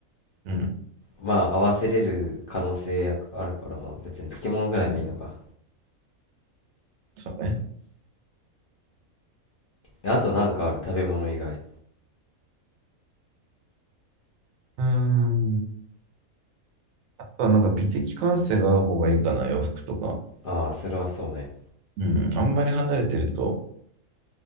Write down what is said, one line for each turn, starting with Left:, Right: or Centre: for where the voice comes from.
Right: うん。
Left: まあ合わせれる可能性やあるからまあ別に漬物ぐらいはいいのか
Right: うん。そうね。
Left: あとなんかある食べ物以外
Right: うん。あとはなんか美的感性が合う方がいいかな、洋服とか。
Left: ああそれはそうね
Right: うん。あんまり離れてると、